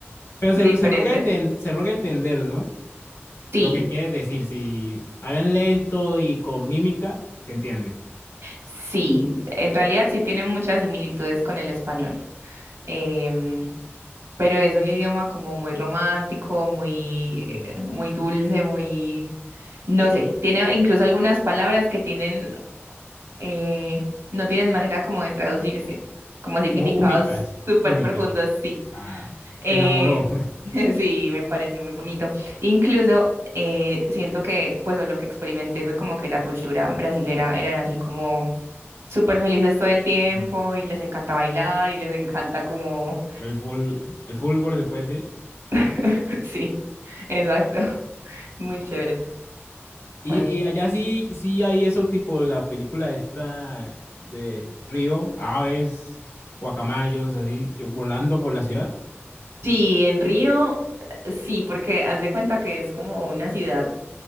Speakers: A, on the left; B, on the right.
A: Pero se,
B: diferente.
A: lo- se logra enten- se logra entender, ¿no?
B: Sí,
A: Lo que quiere decir, si hablan lento y con mímica, se entiende.
B: sí, en realidad sí tiene muchas similitudes con el español. em, pero es un idioma como muy romántico, muy,
A: Sí.
B: eh, muy dulce, muy, no sé, tiene incluso algunas palabras que tienen, eh, no tienen manera como de traducirse, como significados
A: Como únicas,
B: súper
A: únicas.
B: profundos, sí.
A: Ah,
B: Eh,
A: te enamoró.
B: <laughs> sí, me parece muy bonito. Incluso eh, siento que, pues, o lo que experimenté fue como que la cultura brasilera eran así como súper felices todo el tiempo
A: <laughs>
B: y les encanta bailar y les encanta como
A: El, ful- el fútbol, se puede decir.
B: <laughs> Sí, exacto. Muy chévere.
A: Y,
B: Bueno,
A: y allá sí, sí hay eso, tipo la película esta de Río, aves, guacamayos, así, que volando por la ciudad.
B: sí, en Río, sí, porque haz de cuenta que es como una ciudad